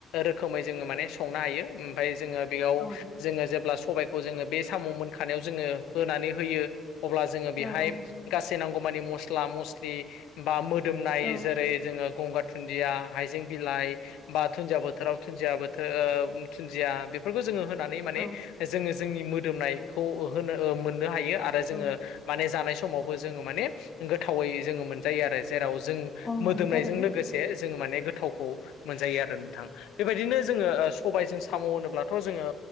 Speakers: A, on the left; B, on the left.
A: रोखोमै जोङो माने संनो हायो ओमफाय जोङो बेयाव
B: औ
A: जोङो जेब्ला सबायखौ जों बे साम' मोनखानायाव जोङो होनानै होयो अब्ला जोङो बेहाय
B: औ औ
A: गासै नांगौ मानि मस्ला मस्लि बा मोदोमनाय
B: औ
A: जेरै जोङो गंगार थुन दिया हायजें बिलाइ बा दुन्दिया बोथोराव दुन्दिया बोथो ओ थुन्दिया बेफोरखौ जोङो होनानै माने
B: औ
A: जोङो जोंनि मो मोदोमनायखौ होनो मोननो हायो आरो जोङो
B: औ
A: माने जानाय समावबो जोङो माने गोथावै जोङो मोनजायो आरो जेराव जों
B: नंगौ
A: मोदोमनायजों
B: थारैनो
A: लोगोसे
B: औ
A: जोङो माने गोथावखौ मोनजायो आरो नोंथां बेबायदिनो जोङो ओ सबायजों साम' होनोब्लाथ' जोङो